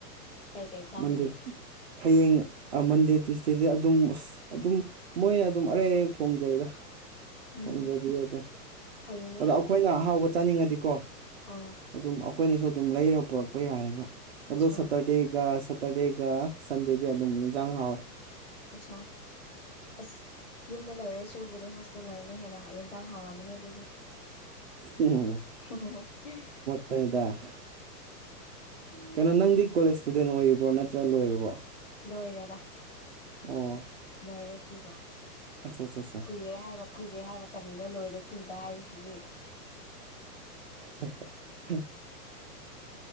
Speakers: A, on the left; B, on the right.
A: ꯀꯩꯀꯩ ꯆꯥꯍꯟꯒꯦ
B: ꯃꯟꯗꯦ ꯍꯌꯦꯡ ꯃꯟꯗꯦ ꯇꯨꯋꯤꯁꯗꯦꯁꯦ ꯑꯗꯨꯝ ꯑꯁ ꯑꯗꯨꯝ ꯃꯣꯏ ꯑꯗꯨꯝ ꯑꯔꯩ ꯑꯔꯩꯕ ꯊꯣꯡꯖꯩꯗ
A: ꯎꯝ
B: ꯊꯣꯡꯖꯕꯤꯌꯦ ꯑꯗꯨꯝ
A: ꯐꯩꯅꯦ
B: ꯑꯗꯣ
A: ꯑꯗꯨꯗꯤ
B: ꯑꯩꯈꯣꯏꯅ ꯑꯍꯥꯎꯕ ꯆꯥꯅꯤꯡꯉꯗꯤꯀꯣ
A: ꯑꯣ
B: ꯑꯗꯨꯝ ꯑꯩꯈꯣꯏꯅꯁꯨ ꯑꯗꯨꯝ ꯂꯩꯔ ꯄꯨꯔꯛꯄ ꯌꯥꯏꯑꯦꯕ ꯑꯗꯣ
A: ꯑꯠꯆꯥ
B: ꯁꯇꯔꯗꯦꯒ ꯁꯇ꯭ꯔꯗꯦꯒ ꯁꯟꯗꯦꯗꯤ ꯑꯗꯨꯝ ꯏꯟꯁꯥꯡ ꯍꯥꯎꯋꯦ
A: ꯑꯆꯥꯥ ꯑꯁ ꯌꯨꯝꯗ ꯂꯩꯔꯣꯏ ꯁꯔꯨꯕꯨꯗꯤ ꯍꯣꯁꯇꯦꯜ ꯂꯩꯕꯅ ꯍꯦꯟꯅ ꯌꯦꯟꯁꯥꯡ ꯍꯥꯎꯔꯝꯃꯅꯤ ꯑꯗꯨꯗꯤ
B: ꯎꯝ
A: <unintelligible>
B: ꯑꯇꯩꯗ ꯀꯩꯅꯣ ꯅꯪꯗꯤ ꯀꯣꯂꯦꯖ ꯏꯁꯇꯨꯗꯦꯟ ꯑꯣꯏꯔꯤꯕꯣ ꯅꯠꯇ꯭ꯔ ꯂꯣꯏꯔꯕꯣ
A: ꯂꯣꯏꯔꯦꯗ
B: ꯑꯣ
A: ꯂꯣꯏꯔꯦ ꯀꯨꯏꯕ
B: ꯑꯠꯆꯥ ꯑꯠꯆꯥ ꯑꯠꯆꯥ
A: ꯀꯨꯏꯔꯦ ꯍꯥꯏꯕ ꯀꯨꯏꯔꯦ ꯍꯥꯏꯕ ꯀꯔꯤꯅꯣ ꯂꯣꯏꯔꯦ ꯀꯨꯏꯕ ꯍꯥꯏꯕꯁꯤꯗꯤ
B: <unintelligible>